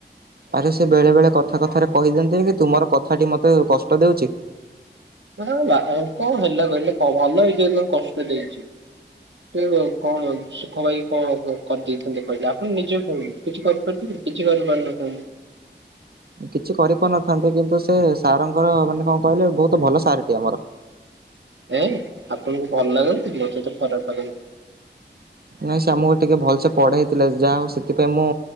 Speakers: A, on the right; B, on the right.
A: ଆରେ ସେ ବେଳେ ବେଳେ କଥା କଥାରେ କହିଦିଅନ୍ତିନି କି ତୁମର କଥାଟି ମତେ କଷ୍ଟ ଦେଉଚି।
B: ମାନେ ଗୋଟେ ବାପା ବି କଣ ହେଲା କହିଲେ ଭଲ ହେଇଚି ତାଙ୍କୁ କଷ୍ଟ ଦେଇଚି। ସେ କଣ ସୁଖ ପାଇଁ କି କଣ କରିଦେଇଥାନ୍ତେ କହିଲେ ଆପଣ ନିଜେ କହନ୍ତୁ କିଛି କରିପାର କିଛି କରିପାରିନଥାନ୍ତି।
A: କିଛି କରିପାରୁନଥାନ୍ତେ କିନ୍ତୁ ସେ ସାର୍ ଙ୍କର ମାନେ କଣ କହିଲେ ବହୁତ ଭଲ ସାର୍ ଟି ଆମର।
B: ଏଁ ଆପଣଙ୍କୁ ଭଲ ଲାଗନ୍ତି ମୋତେ ତ ଖରାପ୍ ଲାଗନ୍ତିି।
A: ନାଇଁ ସେଆମକୁ ଟିକେ ଭଲସେ ପଢେଇଥିଲା ଯାହା ହଉ ସେଥିପାଇଁ ମୁଁ